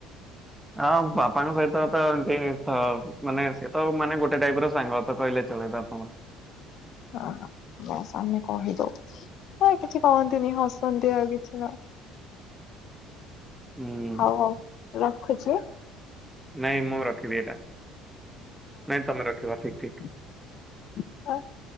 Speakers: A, in the centre; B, on the left (about 55°).
A: ହଁ, ବାପାଙ୍କ ସହିତ ତ ଏନ୍ତି ଥ ମାନେ ସେତ ମାନେ ଗୋ ଗୋଟେ ଟାଇପ ର ସାଙ୍ଗ ତ କହିଲେ ଚଳେ ତମର
B: ଓ ବାସ ଆମେ କହିଦଉ କିଛି କହନ୍ତିନି ହସନ୍ତି ଆଉ କିଛି ନା
A: ହୁଁ ଉଁ
B: ହଉ ଆଉ ରଖୁଛି।
A: ନାଇଁ ମୁଁ ରଖିବି ଏଇଟା, ନାଇଁ ତମେ ରଖିବ ଠିକ୍ ଠିକ
B: <unintelligible>